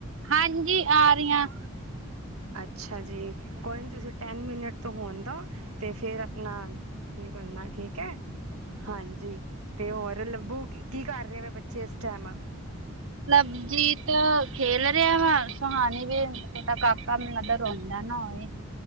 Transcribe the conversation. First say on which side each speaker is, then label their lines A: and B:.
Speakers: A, on the right (about 60°); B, on the right (about 80°).
A: ਹਾਂਜੀ, ਆ ਰਹੀਆਂ।
B: ਅੱਛਾ ਜੀ, ਕੋਈ ਨੀ ਤੁਸੀਂ ਟੈਨ ਮਿੰਨਟ ਹੋਣ ਦੋ ਤੇ ਫੇਰ ਆਪਣਾ, ਨਿਕਲਣਾ ਠੀਕ ਐ, ਹਾਂਜੀ। ਤੇ ਹੋਰ ਲੱਭੂ, ਕੀ ਕਰ ਰਹੇ ਨੇ ਬੱਚੇ ਇਸ ਟਾਈਮ?
A: ਲਬਜੀਤ ਖੇਲ ਰਿਹਾ ਵਾ, ਸੁਹਾਣੀ ਵੀ ਛੋਟਾ ਕਾਕਾ ਮੈਨੂੰ ਲਗਦਾ ਰੋਂਦਾ ਨਾ ਹੋਵੇ।